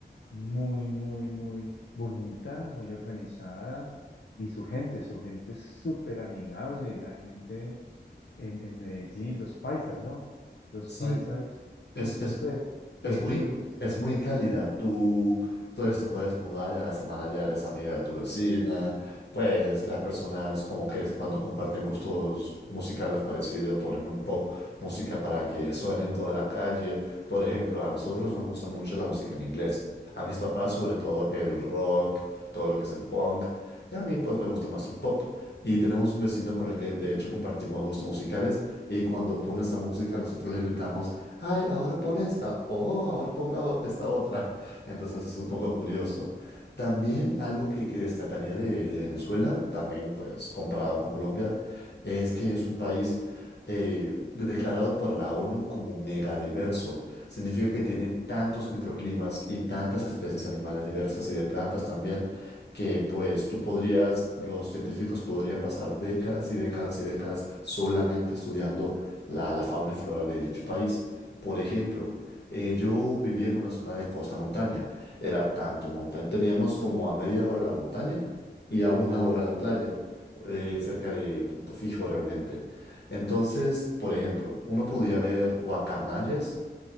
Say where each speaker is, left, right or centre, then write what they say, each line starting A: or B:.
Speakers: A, on the left; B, on the left.
A: muy, muy, muy bonita, muy organizada y su gente, su gente es súper amigable, la gente en, en Medellín, los paisas, ¿no? Los
B: Sí,
A: paisas
B: es,
A: son súper
B: es
A: queridos.
B: Es muy, es muy cálida. Tú, tú te puedes mudar y a la semana ya eres amiga de tu vecina. Pues las personas como que es cuando comparten gustos musicales parecidos, ponen un poco música para que suene en toda la calle. Por ejemplo, a nosotros nos gusta mucho la música en inglés. A mis papás sobre todo el rock, todo lo que es el punk. Y a mí pues me gusta más el pop. Y tenemos un vecino con el que de hecho compartimos gustos musicales. Y cuando pone esa música nosotros le gritamos ay, ahora pon esta, o ahora ponga o- esta otra. Entonces es un poco curioso. También algo que, que destacaría de, de Venezuela, también pues comparado con Colombia, es que es un país eh, declarado por la ONU como megadiverso. Significa que tiene tantos microclimas y tantas especies animales diversas y de plantas también, que pues tú podrías, los científicos podrían pasar décadas y décadas y décadas solamente estudiando la, la fauna y flora de dicho país. Por ejemplo, eh, yo vivía en una zona de costa montaña. Era tanto montaña. Teníamos como a media hora la montaña y a una hora la playa, eh, cerca de Punto Fijo realmente. Entonces, por ejemplo, uno podía ver guacamayas